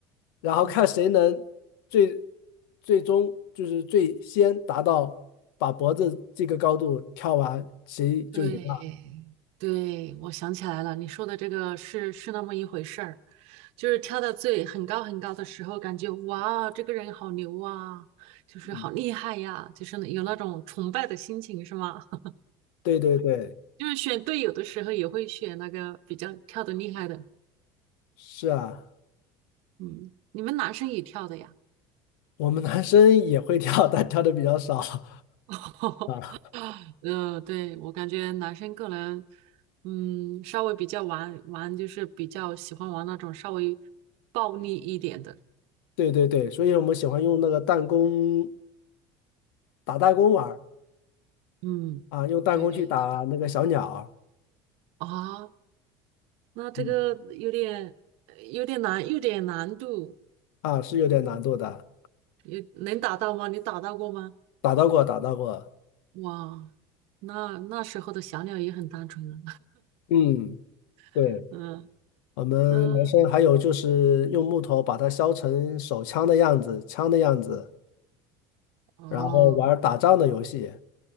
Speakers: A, on the left (about 80°); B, on the right (about 65°).
A: 然后看谁能最
B: 嗯。
A: 最终就是最先达到把脖子这个高度跳完，谁就赢了。
B: 对，对，我想起来了，你说的这个是是那么一回事儿，就是跳到最很高很高的时候，感觉哇，这个人好牛啊，就是好厉害呀，
A: 嗯，
B: 就是有那种崇拜的心情，是吗？<laughs>
A: 对对对，
B: 就是选队友的时候也会选那个比较跳得厉害的，
A: 是啊，
B: 嗯，你们男生也跳的呀？
A: 我们男生也会跳，但跳的比较少 <laughs>
B: <laughs>
A: 啊。
B: 呃，对，我感觉男生个人，嗯，稍微比较玩玩，就是比较喜欢玩那种稍微暴力一点的。
A: 对对对，所以我们喜欢用那个弹弓打弹弓玩儿
B: 嗯，
A: 啊，用弹弓去打那个小鸟
B: 对，等等啊，那这个有点呃有点难，
A: 嗯
B: 有点难度，
A: 啊，是有点难度的，
B: 有能打到吗？你打到过吗？
A: 打到过，打到过，
B: 哇，那那时候的小鸟也很单纯了，
A: 嗯，对，
B: <laughs> 嗯
A: 我们男生还有就是用木头把它削成手枪的样子，
B: 嗯，
A: 枪的样子，
B: 哦
A: 然后玩儿打仗的游戏，